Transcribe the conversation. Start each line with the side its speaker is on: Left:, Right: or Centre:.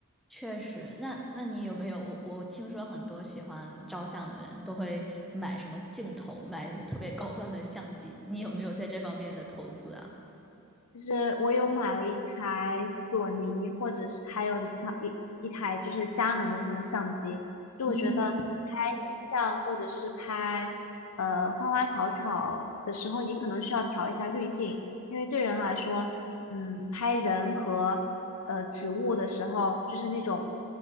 Centre: 确实。那那你有没有？我我听说很多喜欢照相的人都会买什么镜头，买特别高端的相机。你有没有在这方面的投资啊？
Left: 就是我有买了一台索尼，或者是还有你看一一台就是佳能的那种相机，就我觉得拍
Centre: 嗯
Left: 人像或者是拍呃花花草草的时候，你可能需要调一下滤镜，因为对人来说，嗯，拍人和呃植物的时候，就是那种